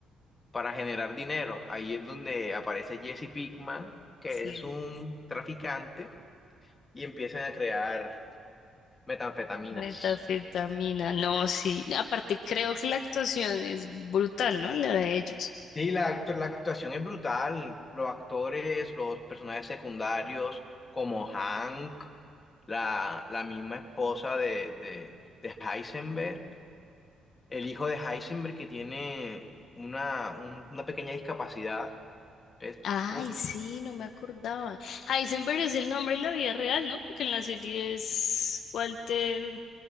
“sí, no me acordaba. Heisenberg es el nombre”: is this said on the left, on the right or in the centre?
Left